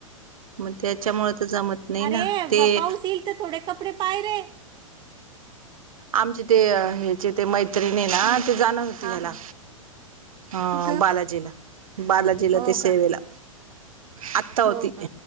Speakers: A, on the right (about 75°); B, on the right (about 25°).
A: मग त्याच्यामुळे तर जमत नाही ना
B: अरे
A: ते
B: पाऊस येईल तर थोडे कपडे पाय रे
A: आमचे ते ह्याचे ते मैत्रिणी आहे ना ते जाणार होती
B: हां
A: ह्याला
B: हां
A: ह
B: कुठं
A: बालाजीला बालाजीला
B: हो
A: ते
B: का
A: सेवेला आत्ता होती
B: हो का